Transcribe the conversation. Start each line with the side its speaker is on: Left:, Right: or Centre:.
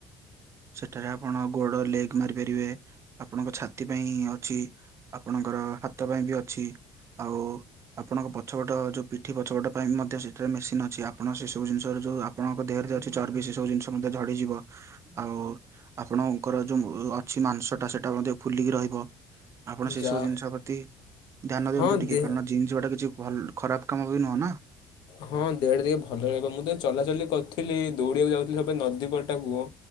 Right: ସେଠାରେ ଆପଣ ଗୋଡ ଲେଗ ମାରିପାରିବେ ଆପଣଙ୍କ ଛାତି ପାଇଁ ଅଛି। ଆପଣଙ୍କର ହାତ ପାଇଁ ବି ଅଛି। ଆଉ। ଆପଣଙ୍କ ପଛପଟ ଯୋଉ ପିଠି ପଛପଟ ପାଇଁ ମଧ୍ୟ ସେଥିରେ ମେସିନ୍ ଅଛି। ଆପଣ ସେ ସବୁ ଜିନିଷର ଆପଣଙ୍କ ଦେହରେ ଯେ ଅଛି ଚର୍ବି, ସେ ସବୁ ଜିନିଷ ମଧ୍ୟ ଝଡିଯିବ। ଆଉ ଆପଣଙ୍କର ଯୋଉ ଅଛି ମାଂସଟା ସେଇଟା ମଧ୍ୟ ଫୁଲିକି ରହିବ। ଆପଣ ସେ
Left: ଯା
Right: ସବୁ ଜିନିଷ ପ୍ରତି ଧ୍ୟାନ
Left: ହଁ
Right: ଦିଅନ୍ତୁ ଟିକେ
Left: ଦେ
Right: କାରଣ ଜିନି ଯିବାଟା କିଛି ଭଲ ଖରାପ କାମ ବି ନୁହଁନା।
Left: ହଁ ଦେହଟା ଟିକେ ଭଲ ରହିବ। ମୁଁ ତ ଚଲାଚଲି କରୁଥିଲି, ଦୌଡ଼ିବାକୁ ଯାଉଥିଲି ସେ ନଦୀ ପଟାକୁ।